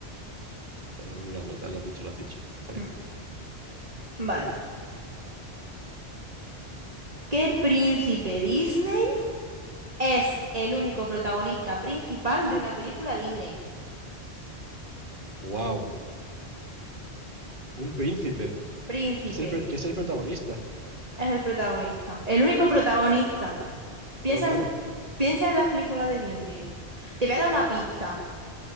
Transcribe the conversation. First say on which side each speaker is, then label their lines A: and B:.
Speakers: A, on the right (about 50°); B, on the right (about 35°).
A: Vaya, un orangután, lo has dicho, lo has dicho. Está bien.
B: Mm. Vale. ¿Qué príncipe Disney? Es el único protagonista principal de una película Disney.
A: Wow, un príncipe.
B: Príncipe
A: que es el, pro- que es el protagonista.
B: es el protagonista. El único protagonista. Piensa
A: Claro, claro.
B: en, piensa en las películas de Disney. Te voy a dar una pista.